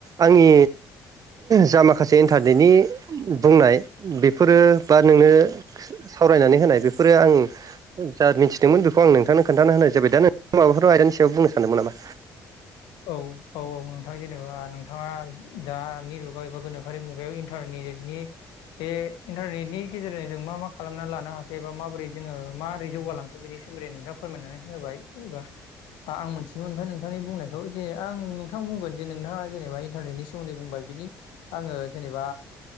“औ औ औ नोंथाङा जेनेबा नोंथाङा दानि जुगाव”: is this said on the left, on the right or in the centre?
Left